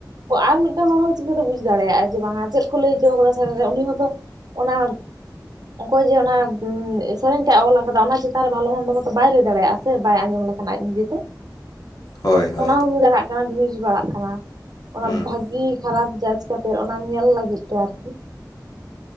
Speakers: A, on the right; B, on the left.
A: ᱚ, ᱟᱨ ᱢᱤᱫᱴᱟᱝ ᱦᱚᱲ ᱦᱚᱸ ᱪᱤᱠᱟᱹᱛᱮ ᱵᱩᱡᱽ ᱫᱟᱲᱮᱭᱟᱜ-ᱟᱭ? ᱡᱮ ᱵᱟᱝᱟ, ᱪᱮᱫ ᱠᱚ ᱞᱟᱹᱭ ᱦᱚᱪᱚᱣ ᱠᱟᱫᱟ ᱥᱮᱱ ᱡᱟᱛᱮ ᱩᱱᱤ ᱦᱚᱸᱛᱚ ᱚᱱᱟ, ᱚᱠᱚᱭ ᱡᱮ ᱚᱱᱟ ᱥᱮᱨᱮᱧ ᱴᱟᱜ-ᱮ ᱚᱞ ᱠᱟᱫᱟ, ᱚᱱᱟ ᱪᱮᱛᱟᱱ ᱨᱮ ᱵᱷᱟᱞᱮ ᱢᱚᱱᱫᱚ ᱢᱚᱛᱚ ᱵᱟᱭ ᱞᱟᱹᱭ ᱫᱟᱲᱮᱭᱟᱜ-ᱟ, ᱥᱮ ᱵᱟᱭ ᱟᱸᱡᱚᱢ ᱞᱮᱠᱷᱟᱱ ᱟᱡ ᱱᱤᱡᱮᱛᱮ᱾
B: ᱦᱳᱭ ᱦᱳᱭ
A: ᱚᱱᱟ ᱦᱚᱸ ᱦᱩᱭ ᱫᱟᱲᱮᱭᱟᱜ-ᱟ᱾ ᱵᱟᱝ ᱵᱩᱡᱽ ᱵᱟᱲᱟᱜ ᱠᱟᱱᱟ᱾ ᱚᱱᱟ
B: ᱦᱩᱸ
A: ᱵᱷᱟᱜᱤ ᱠᱷᱟᱨᱟᱯ ᱡᱟᱡ ᱠᱟᱛᱮᱜ, ᱚᱱᱟ ᱧᱮᱞ ᱞᱟᱹᱜᱤᱫ ᱛᱮ ᱟᱨᱠᱤ᱾